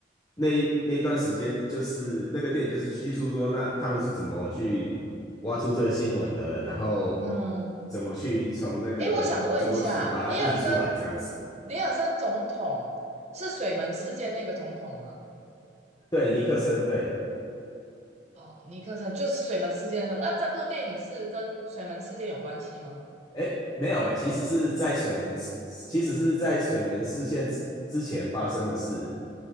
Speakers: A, on the left; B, on the right.
A: 那一那一段时间，就是那个电影就是叙述说他他们是怎么去挖出这个新闻的，然后
B: 嗯。
A: 怎么去从那个怎么想把它印出来这样子。
B: 诶，我想问一下，尼尔森，尼尔森总统是水门事件那个总统吗？
A: 对，尼克森，对。
B: 哦，尼克森就是水门事件那种。那这部电影是跟水门事件有关系吗？
A: 哎，没有哎，其实是在水门，其实是在水门事件之前发生的事。